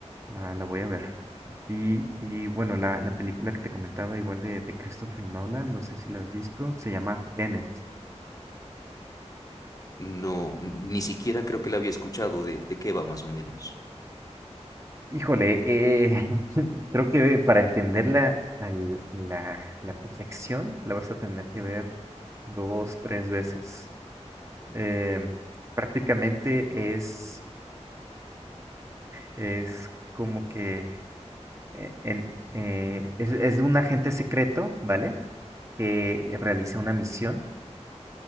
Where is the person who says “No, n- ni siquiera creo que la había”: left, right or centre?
Left